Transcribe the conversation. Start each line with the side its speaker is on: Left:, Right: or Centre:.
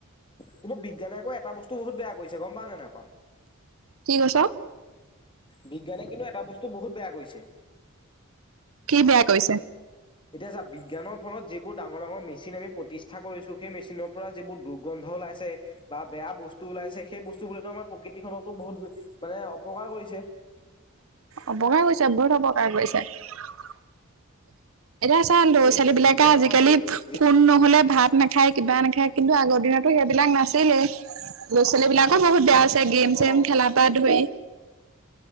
Left: কিন্তু বিজ্ঞানে আকৌ এটা বস্তু বহুত বেয়া কৰিছে। গম পাওঁ নে নাপা।
Right: কি কৈছ
Left: বিজ্ঞানে কিন্তু এটা বস্তু বহুত বেয়া কৰিছে।
Right: কি বেয়া কৰিছে?
Left: এতিয়া চা বিজ্ঞানৰ ফলত যিবোৰ ডাঙৰ ডাঙৰ মেচিন আমি প্ৰতিষ্ঠা কৰিছো। সেই মেচিনৰ পৰা যিবোৰ দুৰ্গন্ধ ওলাইছে বা বেয়া বস্তু ওলাইছে সেই বস্তু বোৰেতু আমাৰ প্ৰকৃতিখনকো বহুত মানে অপকাৰ কৰিছে।
Right: অপকাৰ কৰিছে বহুত অপকাৰ কৰিছে। এতিয়া চা ল'ৰা-ছোৱালী
Left: সেইটোৱে এতিয়া
Right: বিলাকে
Left: বিজ্ঞানৰ
Right: আজিকালি
Left: সেই যিবোৰ
Right: ফোন নহ'লে
Left: উম
Right: ভাত নাখায় কিবা নাখায় কিন্তু আগত দিনতো সেইবিলাক নাছিলেই, ল'ৰা ছোৱালী বিলাকো বহুত বেয়া আছে গেম চেম
Left: অ'।
Right: খেলা পা ধৰি